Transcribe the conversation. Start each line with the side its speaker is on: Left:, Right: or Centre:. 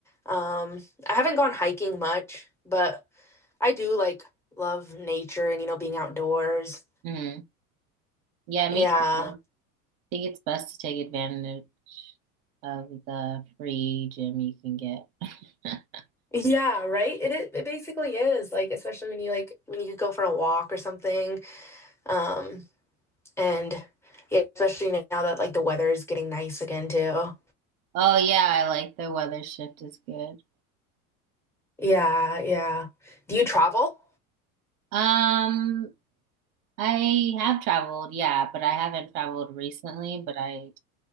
Centre: Um I haven't gone hiking much, but I do like love nature and you know being outdoors.
Right: Mm. Yeah, me
Centre: Yeah.
Right: too. I think it's best to take advantage of the free gym you can get. <laughs>
Centre: Yeah, right? It i- it basically is like especially when you like when you could go for a walk or something. Um and yeah, especially now that like the weather is getting nice again too.
Right: Oh yeah, I like the weather shift is good.
Centre: Yeah, yeah. Do you travel?
Right: Um, I have traveled, yeah, but I haven't traveled recently, but I,